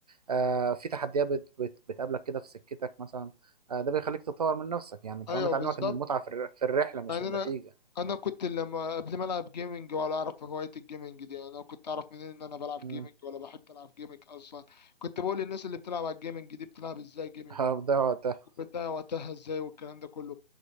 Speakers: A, on the right (about 40°); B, on the left (about 40°).
A: آه، في تحديات بت- بت- بتقابلك كده في سكتك مثلا آه، ده بيخليك تطور من نفسك يعني كمان
B: أيوه
A: بتعلمك
B: بالظبط
A: ان المتعة في الر- في الرحلة مش
B: يعني
A: النتيجة
B: أنا أنا كنت لما قبل ما ألعب جيمنج ولا أعرف هواية الجيمنج دي يعني أنا كنت أعرف منين إن أنا بلعب
A: امم
B: جيمنج ولا بحب ألعب جيمنج أصلا كنت بقول للنس اللي بتلعب على الجيمنج دي بتلعب إزاي جيمنج
A: هتضيع <laughs> وقتها
B: وبتاع وقتها إزاي والكلام ده كله